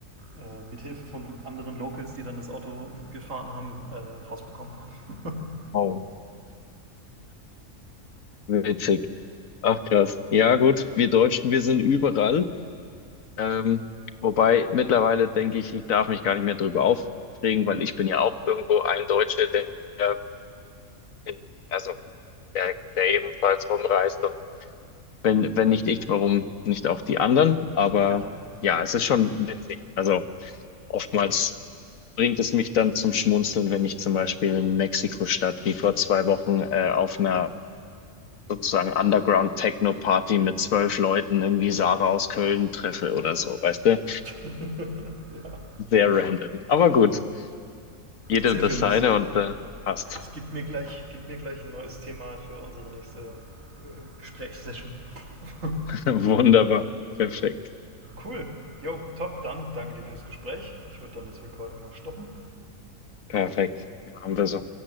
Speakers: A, on the right; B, on the left.
A: äh, mit Hilfe von anderen Locals, die dann das Auto gefahren haben, äh, rausbekommen haben. <laughs>
B: Wow, witzig. Ach krass. Ja gut, wir Deutschen, wir sind überall. Ähm, wobei mittlerweile denke ich, ich darf mich gar nicht mehr drüber aufregen, weil ich bin ja auch irgendwo ein Deutscher, der, der in, also der, der ebenfalls rumreist. Und wenn, wenn nicht ich, warum nicht auch die anderen? Aber
A: Genau.
B: ja, es ist schon witzig. Also Oftmals bringt es mich dann zum Schmunzeln, wenn ich zum Beispiel in Mexiko-Stadt wie vor zwei Wochen äh, auf einer sozusagen Underground-Techno-Party mit zwölf Leuten irgendwie Sarah aus Köln treffe oder so, weißt du?
A: <laughs> ja.
B: Sehr random. Aber gut, jede
A: Sehr
B: das
A: schön.
B: seine
A: Das,
B: und äh, passt.
A: das gibt, mir gleich, gibt mir gleich ein neues Thema für unsere nächste äh, Gesprächssession. <laughs>
B: <laughs> Wunderbar. Perfekt.
A: Cool. Jo, top, dann danke dir fürs Gespräch. Ich würde dann das Recording mal stoppen.
B: Perfekt. Machen wir so.